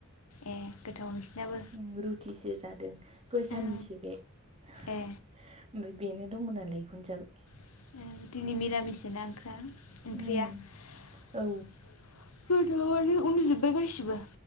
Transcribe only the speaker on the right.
उम रुथिसो जादो दय साननिसो
बे ओमफ्राय
बेनो दंमोन नालाय इखौनो जाबाय
उम
औ